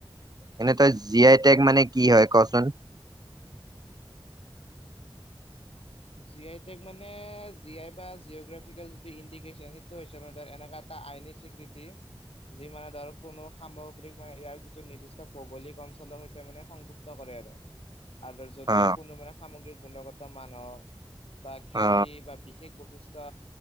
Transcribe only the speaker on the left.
জি আই টেক মানে জি আই বা জিঅগ্ৰাফিকেল যিটো ইণ্ডিকেশ্যন সেইটো হৈছে মানে এনেকুৱা এটা আইনি স্বীকৃতি যি মানে ধৰ কোনো সামগ্ৰীক মানে ইয়াৰ যিটো নিৰ্দিষ্ট ভৌগোলিক অঞ্চলক সৈতে মানে সংযুক্ত কৰে আৰু। আৰু যদি
কোনো মানে সামগ্ৰীৰ গুণগত মানক বা খ্যাতি
বা বিশেষ বৈশিষ্ট্য